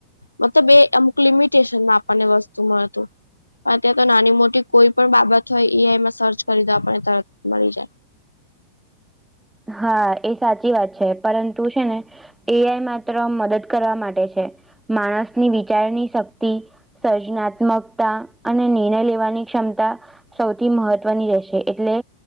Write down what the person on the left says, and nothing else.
મતલબ એ અમુક લિમિટેશનમાં આપણને વસ્તુ મળતું, ત્યાં તો નાની મોટી કોઈ પણ બાબત હોય ઈ આઈમાં સર્ચ કરી દો આપણને તરત મળી જાય.